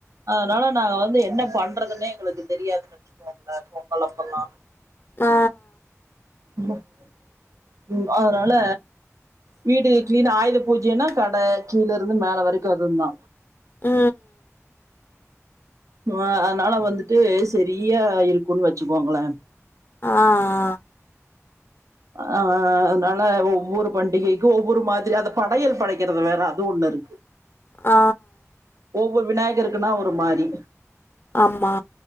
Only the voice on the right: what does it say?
அதனால நாங்க வந்து என்ன பண்றதுன்னே எங்களுக்கு தெரியாதுன்னு வச்சுக்கோங்களே பொங்கலப்பல்லா
ம் அதனால வீடு க்ளீன் ஆயுத பூஜைன்னா கடை கீழ இருந்து மேலே வரைக்கு அதுந்தா
அ அதனால வந்துட்டு செரியா இருக்குன்னு வச்சுக்கோங்களே
ஆ அதனால ஒவ்வொரு பண்டிகைக்கு ஒவ்வொரு மாதிரி அந்த படையல் படைக்குறது வேற அது ஒண்ணு இருக்கு
ஒவ்வொரு விநாயகருக்குன்னா ஒரு மாரி